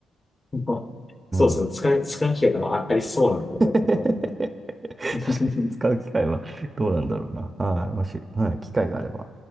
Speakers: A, on the left; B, on the right.
A: <laughs> まあそうですね。
B: うん。
A: 使い、使い機会とかありそうなんで、
B: <laughs> 確かに、
A: 本当にね。<laughs>
B: 使う機会はどうなんだろうな。はい。もし、はい、機会があれば。